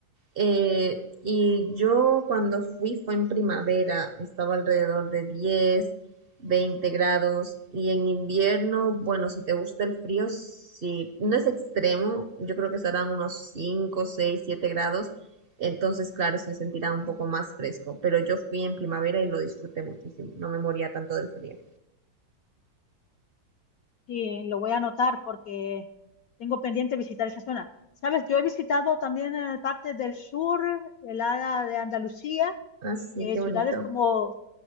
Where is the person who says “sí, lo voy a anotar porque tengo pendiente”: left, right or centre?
Left